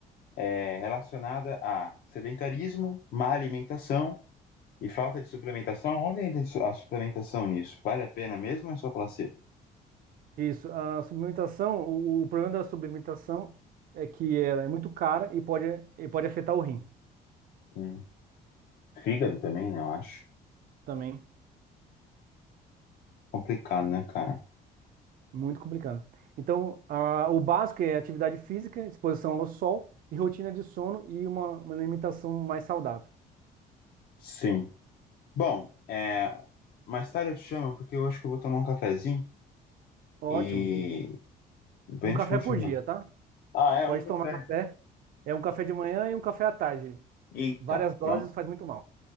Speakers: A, on the left; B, on the right.
A: é, relacionada a sedentarismo, má alimentação e falta de suplementação. Onde entra isso- a suplementação nisso? Vale a pena mesmo ou é só placebo?
B: Isso, a suplementação, o, o problema da suplementação é que ela é muito cara e pode, e pode afetar o rim
A: Hum. Fígado também, né? Eu acho.
B: também,
A: Complicado, né, cara?
B: muito complicado. Então, a- o básico é atividade física, exposição ao sol e rotina de sono e uma, uma alimentação mais saudável.
A: Sim. Bom, é, mais tarde eu te chamo porque eu acho que eu vou tomar um cafezinho.
B: Ótimo.
A: E depois
B: Um
A: a
B: café
A: gente continua.
B: por dia, tá?
A: Ah, é
B: Pode
A: um café.
B: tomar café. É um café de manhã e um café à tarde.
A: Eita,
B: Várias doses
A: então,
B: faz muito mal.